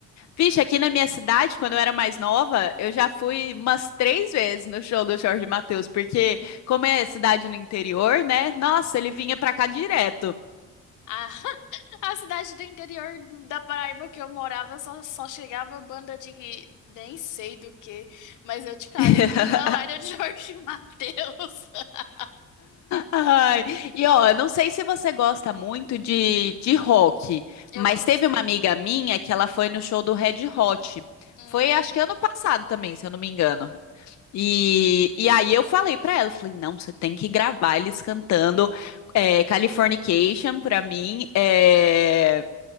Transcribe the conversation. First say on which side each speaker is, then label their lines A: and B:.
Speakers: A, on the left; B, on the left.
A: Vixe, aqui na minha cidade, quando eu era mais nova, eu já fui umas três vezes no show do Jorge Mateus, porque como é cidade no interior, né? Nossa, ele vinha pra cá direto.
B: A... <laughs> a cidade do interior do- da Paraíba que eu morava só, só chegava banda de nem sei do que, mas eu te garanto
A: <laughs>
B: que não era de <laughs> Jorge e Mateus. <laughs>
A: Ai, E ó, eu não sei se você gosta muito de, de rock,
B: Eu
A: mas
B: gosto.
A: teve uma amiga minha que ela foi no show do Red Hot.
B: Uhum.
A: Foi, acho que ano passado também, se eu não me engano. E, e aí eu falei pra ela, eu falei, não, você tem que gravar eles cantando é, Californication pra mim, é,